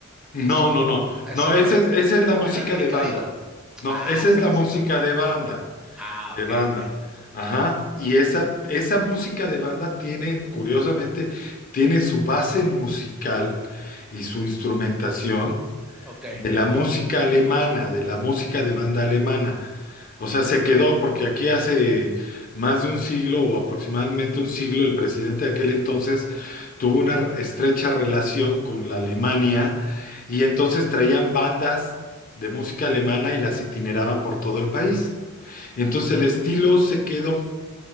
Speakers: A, on the left; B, in the centre.
A: No,
B: Y son,
A: no, no.
B: eso
A: No,
B: no
A: esa
B: es
A: es, esa es la
B: que
A: música
B: baila el brincadito.
A: de banda. No,
B: Ah,
A: esa
B: esa
A: es
B: es
A: la
B: música.
A: música de banda,
B: Ah, ok,
A: de banda.
B: ok.
A: Ajá. Y esa, esa música de banda tiene, curiosamente, tiene su base musical y su instrumentación
B: Ok.
A: de la música alemana, de la música de banda alemana. O sea, se quedó porque aquí hace más de un siglo o aproximadamente un siglo el presidente de aquel entonces tuvo una re- estrecha relación con la Alemania y entonces traían bandas de música alemana y las itineraban por todo el país. Y entonces el estilo se quedó,